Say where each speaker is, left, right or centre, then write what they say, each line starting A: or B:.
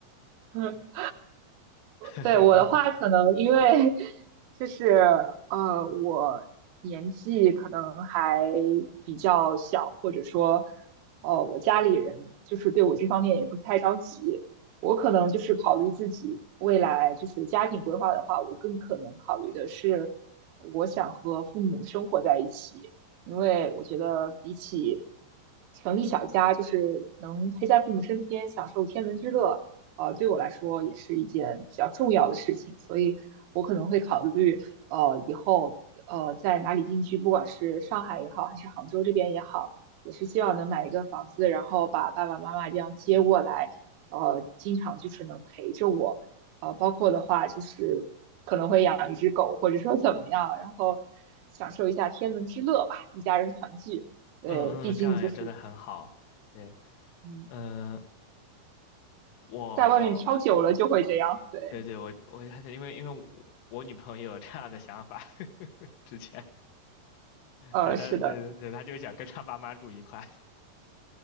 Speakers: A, on the right (about 75°); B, on the left (about 75°).
A: <laughs>
B: <laughs>
A: 对我的话，可能因为就是呃，我年纪可能还比较小，或者说呃，我家里人就是对我这方面也不太着急。我可能就是考虑自己未来就是家庭规划的话，我更可能考虑的是我想和父母生活在一起。因为我觉得比起成立小家，就是能陪在父母身边，享受天伦之乐，呃，对我来说也是一件比较重要的事情，所以我可能会考虑，呃，以后呃在哪里定居，不管是上海也好，还是杭州这边也好，也是希望能买一个房子，然后把爸爸妈妈这样接过来，呃，经常就是能陪着我。呃，包括的话就是可能会养一只狗，或者说怎么样，然后享受一下天伦之乐吧，一家人团聚。对，
B: 嗯嗯，
A: 毕竟就是
B: 这样也真的很好。对，
A: 嗯，
B: 嗯、呃，我，
A: 在外面飘久了就会这样。对，
B: 对对，我我还想因为因为我我女朋友也有这样的想法，<laughs> 之前，
A: 呃，
B: 对，她对对对，
A: 是的。
B: 她就想跟她爸妈住一块。